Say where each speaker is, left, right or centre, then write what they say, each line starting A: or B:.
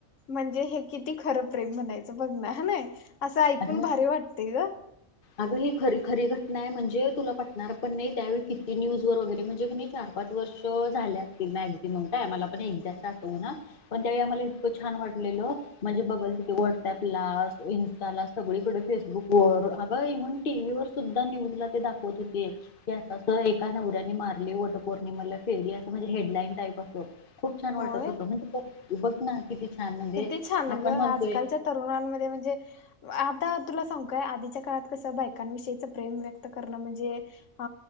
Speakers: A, on the left (about 65°); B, on the left (about 45°).
A: म्हणजे हे किती खरं प्रेम म्हणायच? बघ ना हा नाय? असं ऐकून
B: आणि मग
A: भारी वाटतय ग.
B: अगं हे खरी खरी घटना नाही म्हणजे तुला पटणार पण नई त्या वेळ किती न्यूज वर वैगेरे म्हणजे किणी चार पाच वर्षे झाले असतील मॅक्सिमम. काय इग्झॅक्ट आठवना पण त्या वेळी आम्हाला इतक छान वाटलेले. माझ बगल च्या त्या व्हॉटअप ला इन्स्टॉला फेसबुक वर इव्हन टीव्ही वर सुद्धा न्यूज ला ते दाखवत होते. की आता एका नवऱ्याने मारली वट पौर्णिमेला फेरी. असं म्हणजे हेडलाईन टाईप असत. खूप छान वाटत
A: होय
B: होतं. माहितीये का? तू बघ ना. किती छान म्हणजे
A: किती छान
B: आपण
A: ग.
B: म्हणतोय
A: आजकालच्या तरुणांमध्ये म्हणजे आप आता तुला सांगू का? आधीच्या काळात कसं बायकांविषयीच प्रेम व्यक्त करणं म्हणजे. अ